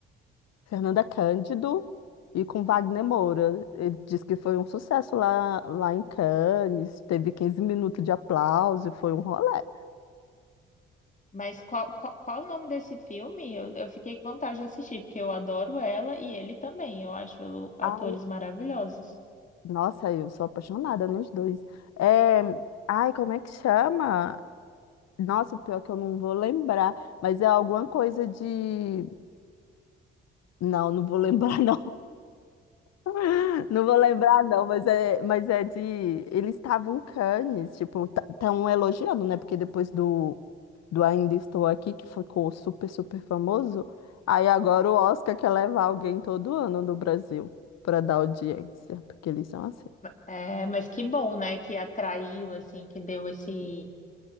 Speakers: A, on the left; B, on the left.
A: Fernanda Cândido e com Wagner Moura. Ele diz que foi um sucesso lá, lá em Cannes, teve 15 minutos de aplauso, e foi um rolê.
B: Mas qual, qual, qual o nome desse filme? Eu, eu fiquei com vontade de assistir, porque eu adoro ela e ele também. Eu acho atores
A: Ai,
B: maravilhosos.
A: nossa, eu sou apaixonada nos dois. É, ai, como é que chama? Nossa, o pior é que eu não vou lembrar, mas é alguma coisa de. Não, não vou <laughs> lembrar, não. <laughs> Não vou lembrar, não, mas é, mas é de. Ele estava em Cannes, tipo, estão elogiando, né? Porque depois do, do Ainda Estou Aqui, que ficou super, super famoso, aí agora o Oscar quer levar alguém todo ano no Brasil para dar audiência, porque eles são assim.
B: É, mas que bom, né? Que atraiu, assim, que deu esse.